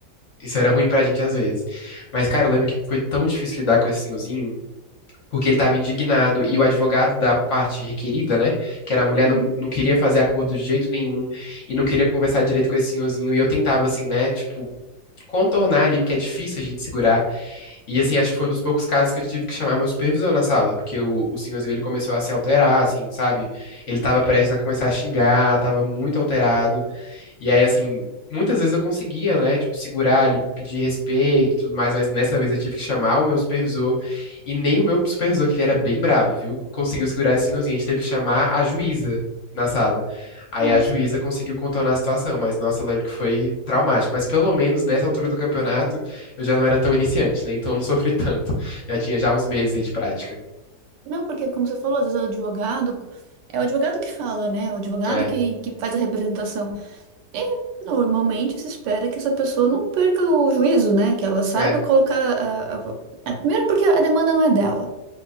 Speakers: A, on the left (about 55°); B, on the right (about 80°).
A: Isso era ruim pra gente às vezes. Mas, cara, eu lembro que foi tão difícil lidar com esse senhorzinho porque ele estava indignado e o advogado da parte requerida, né, que era a mulher,
B: uhum.
A: não, não queria fazer acordo de jeito nenhum e não queria conversar direito com esse senhorzinho. E eu tentava, assim, né, tipo, contornar ali, porque é difícil a gente segurar. E, assim, acho que foi um dos poucos casos que eu tive que chamar meu supervisor na sala, porque o, o senhorzinho, ele começou a se alterar, assim, sabe? Ele estava prestes a começar a xingar, estava muito alterado. E aí, assim, muitas vezes eu conseguia, né? Tipo, segurar ali, pedir respeito e tudo mais, mas nessa vez eu tive que chamar o meu supervisor. E nem o meu supervisor, que ele era bem bravo, viu? Conseguiu segurar assim, a gente teve que chamar a juíza na sala. Aí
B: Nossa.
A: a juíza conseguiu contornar a situação, mas nossa, eu lembro que foi traumático. Mas pelo menos nessa altura do campeonato eu já não era tão iniciante, né? Então eu não <laughs> sofri tanto. Já tinha já uns meses aí de prática.
B: Não, porque como você falou, às vezes o advogado, é o advogado que fala, né? O advogado
A: É,
B: que, que faz a representação. E normalmente se espera que essa pessoa não perca o juízo, né? Que ela saiba
A: é,
B: colocar a, a- a- primeiro porque a demanda não é dela.